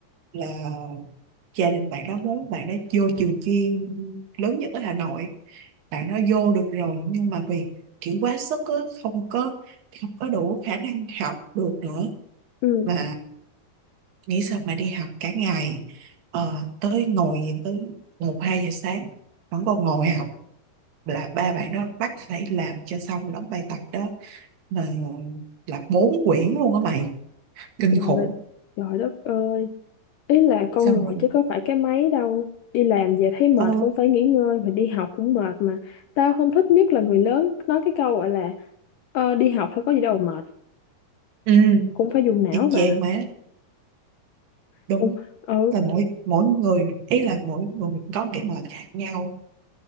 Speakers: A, on the right; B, on the left.
A: là gia đình bạn đó muốn bạn đó vô trường chuyên lớn nhất ở Hà Nội bạn nó vô được rồi nhưng mà vì kiểu quá sức á, không có không có đủ khả năng học được nữa
B: ừ
A: và nghĩ sao mà đi học cả ngày ờ, tới ngồi tới một hai giờ sáng vẫn còn ngồi học là ba bạn đó bắt phải làm cho xong đóng bài tập đó mà là bốn quyển luôn á mày kinh
B: trời
A: khủng
B: trời đất ơi ý là con
A: xong
B: người
A: rồi
B: chứ có phải cái máy đâu đi làm về thấy mệt
A: ờ,
B: cũng phải nghỉ ngơi mà đi học cũng mệt mà tao không thích nhất là người lớn nói cái câu gọi là ờ, đi học phải có gì đâu mà mệt
A: ừ
B: cũng phải dùng não
A: y
B: mà
A: chang má đúng
B: cũng ừ
A: là mỗi mỗi người ý là mỗi người có cái mệt khác nhau